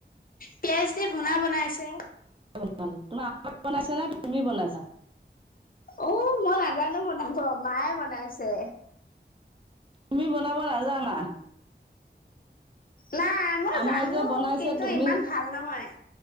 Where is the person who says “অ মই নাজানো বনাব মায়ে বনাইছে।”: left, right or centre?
Left